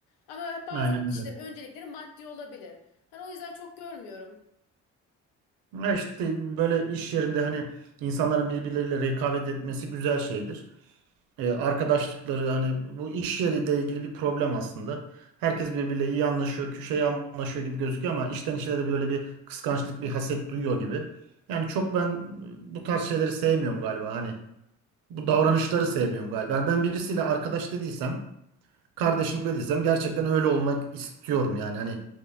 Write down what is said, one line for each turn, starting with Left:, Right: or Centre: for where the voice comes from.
Left: Ama bazı
Right: Aynen
Left: kişilerin
Right: öyle.
Left: öncelikleri maddi olabilir. Hani o yüzden çok görmüyorum.
Right: Ya işte böyle iş yerinde hani insanların birbirleriyle rekabet etmesi güzel şeydir. E, arkadaşlıkları hani bu iş yeriyle ilgili bir problem aslında. Herkes birbiriyle iyi anlaşıyor, şey anlaşıyor gibi gözüküyor ama işten işe de böyle bir kıskançlık, bir haset duyuyor gibi. Yani çok ben e, bu tarz şeyleri sevmiyorum galiba. Hani bu davranışları sevmiyorum galiba. Yani ben birisiyle arkadaş dediysem, kardeşim dediysem gerçekten öyle olmak istiyorum yani. Hani